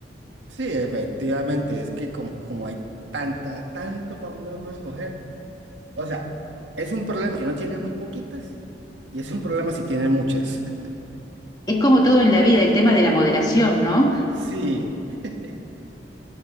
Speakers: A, on the right; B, on the left.
A: sí, efectivamente, es que como, como hay tanta, tanto para donde uno escoger. O sea, es un problema si no tiene muy poquitas y es un problema si tiene muchas. <laughs>
B: Es como todo en la vida, el tema de la moderación, ¿no?
A: Sí. <laughs>